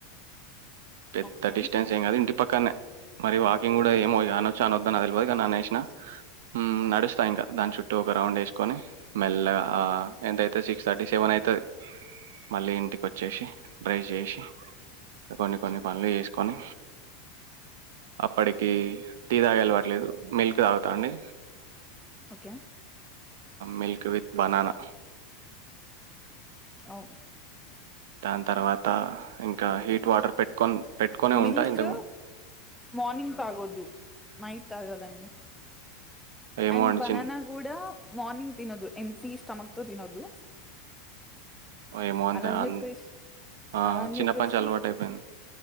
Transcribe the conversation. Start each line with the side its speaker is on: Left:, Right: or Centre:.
Right: పెద్ద
Centre: ఓకే
Right: డిస్టెన్స్ ఏం కాదు ఇంటి పక్కనే మరి వాకింగ్ కూడా ఏమో అనొచ్చా అనొద్దో నాకు తెలవది కానీ అనేసినా ఉం నడుస్తా ఇంకా దాని చుట్టూ ఒక రౌండ్ వేసుకొని మెల్లగా ఆ ఎంతైతే సిక్స్ థర్టీ సెవెన్ అయితే మళ్ళీ ఇంటికి వచ్చేసి బ్రెష్ చేసి కొన్ని కొన్ని పనులు చేసుకొని అప్పటికి టీ తాగేఅలవాట్లేదు మిల్క్ తాగుతా అండి
Centre: okay
Right: milk with banana
Centre: okay
Right: దాని తర్వాత ఇంకా హీట్ వాటర్ పెట్ కొన్ పెట్టుకొనే ఉంటాయి
Centre: మిల్క్
Right: ఇంతకు
Centre: మార్నింగ్ తాగొద్దు నైట్ తాగాలండి
Right: ఏమో
Centre: అండ్
Right: అండి
Centre: బనానా
Right: చిన్
Centre: కూడా మార్నింగ్ తినొద్దు ఎమ్ప్టీ స్టమక్ తో తినొద్దు
Right: ఏమో అంత
Centre: అలా అని
Right: అంత
Centre: చెప్పేస్
Right: ఆ!
Centre: అలా అని
Right: చిన్నప్పటి
Centre: చెప్పేసి
Right: నుంచి అలవాటయిపోయింది.